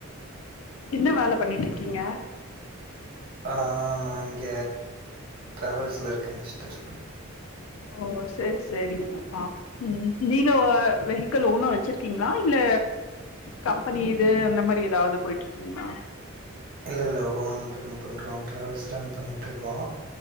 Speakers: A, on the left; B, on the right.
A: என்ன வேல பண்ணிட்ருக்கீங்க
B: ஆ நா இங்க ட்ராவல்ஸ்ல இருக்கே சிஸ்டர்
A: ஓ சேரி சேரிங்கப்பா ம் நீங்க அ வெஹிக்கல் ஓனா வச்சுர்க்கிங்ளா இல்ல கம்பெனி இது அந்த மாரி ஏதாது போய்ட்டுருக்கிங்ளா
B: இல்ல இல்ல ஓன் ரன் பண்றோ ட்ராவல்ஸ் ரன் பண்ணிட்ருக்கோ